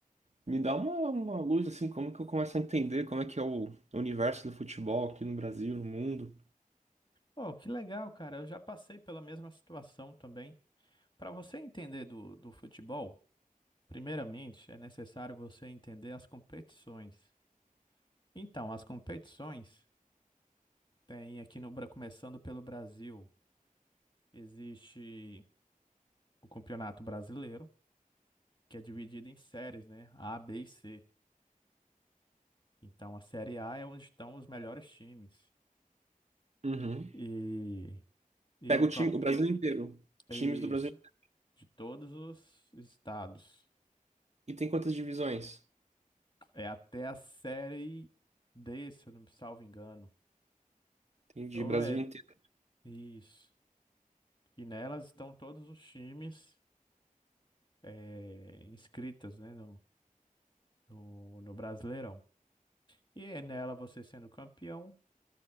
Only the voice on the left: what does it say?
Oh, que legal, cara. Eu já passei pela mesma situação também. Para você entender do, do futebol, primeiramente é necessário você entender as competições. Então, as competições. Tem aqui no, Bra- começando pelo Brasil, existe o Campeonato Brasileiro, que é dividido em séries, né? A, B e C. Então a série A é onde estão os melhores times.
E, e
o
campe...
Isso,
de todos os estados.
É até a série D, se eu não me salvo engano.
Ou
é
isso. E nelas estão todos os times é, inscritas, né, no, no no Brasileirão. E é nela, você sendo campeão,